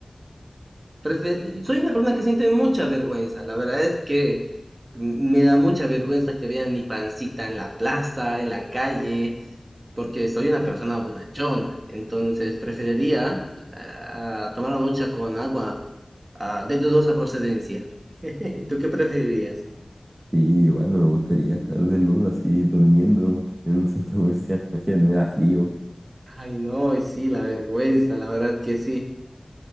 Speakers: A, on the right; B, on the right.
A: Prefe- Soy una persona que siente mucha vergüenza. La verdad es que mm, me da mucha vergüenza que vean mi pancita en la plaza, en la calle, porque soy una persona bonachona. Entonces preferiría ah, tomar una ducha con agua ah, de dudosa procedencia. <laughs> ¿Tú qué preferirías?
B: Sí, igual no me gustaría estar desnudo así durmiendo en un centro comercial. <laughs> Imagínate, me da frío.
A: Ay, no, y sí, la vergüenza, la verdad que sí.